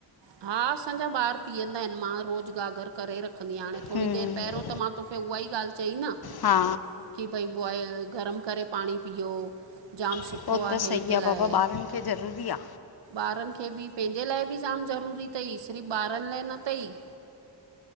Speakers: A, on the right; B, on the left.
A: हा, असांजा ॿार पीअंदा आहिन मां रोज़ गागर करे रख। रखंदीहाणे थोरी
B: हम्म
A: देरि पहेरयों त मां तोखे उहा ई ॻाल्ह चई न।
B: हा
A: की भई बॉइ गरम करे पाणी पीओ जाम सुठो
B: उहो त
A: आहे हेल्थ
B: सही
A: लाइ।
B: बाबा ॿारनि खे ज़रूरी आ।
A: ॿारन खे बि पंहिंजे लाइ बि जाम ज़रूरी थई सिर्फ़ ॿारन लाइ न थई।